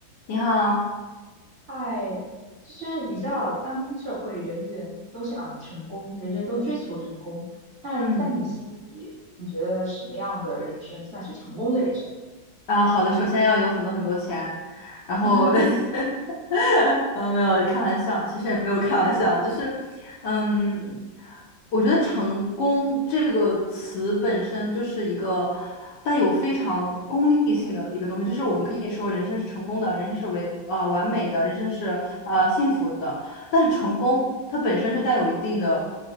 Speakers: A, on the left (about 65°); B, on the right (about 40°).
A: 你好，
B: 嗨，就是你知道，当今社会人人都想成功，人人都追求成功。那在你心里，
A: 嗯，
B: 你觉得什么样的人生算是成功的人生？
A: 啊，好的，首先要有很多很多钱，然后，
B: <laughs>
A: <laughs> 呃，没有开玩笑，其实也没有开玩笑，就是，嗯，
B: 嗯
A: 我觉得成功这个词本身就是一个带有非常功利性的一个东西，就是我们可以说人生是成功的，人生是为呃完美的，人生是呃幸福的，但是成功它本身就带有一定的
B: 嗯